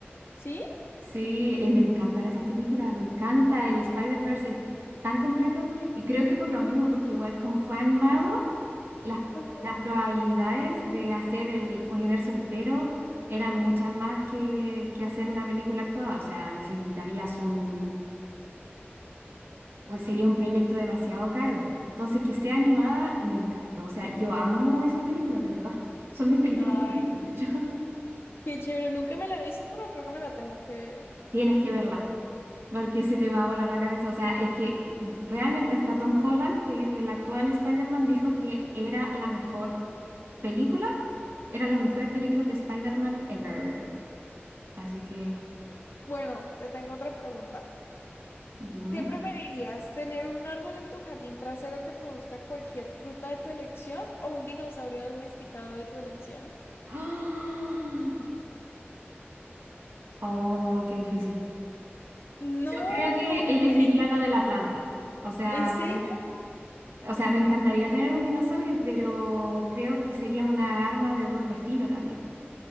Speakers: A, on the left; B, on the right.
A: ¿sí?
B: Sí, eh, me encantan esas películas, me encanta el Spider-Verse, es tan completo y creo que por lo mismo, porque igual como fue animado. las,
A: Ajá.
B: las probabilidades de hacer el universo entero eran muchas más que, que hacer una película actuada. O sea, necesitarías un, o sería un proyecto demasiado caro. Entonces, que sea animada me encantó. O sea, yo amo esas películas, de verdad. Son mis películas
A: Ay,
B: favoritas, de hecho. <laughs>
A: qué chévere. Nunca me la he visto, pero creo que me la tengo que ver.
B: Tienes que verla porque se te va a volar la cabeza. O sea, es que mm, realmente hasta Tom Holland, que es el actual Spider-Man, dijo que era la mejor película, eran las mejores películas de Spider-Man ever. Así que
A: Bueno, te tengo otra pregunta.
B: dime.
A: ¿Qué preferirías?
B: <gasps>
A: ¿Tener un árbol en tu jardín trasero que produzca cualquier fruta de tu elección o un dinosaurio domesticado de tu elección?
B: ¡Ah! Oh, qué difícil.
A: No,
B: Yo creo que
A: ¿cómo
B: elegiría
A: que?
B: lo de la planta. O sea,
A: ¿En serio?
B: tener- o sea, me encantaría tener un dinosaurio, pero creo que sería una arma de doble filo también.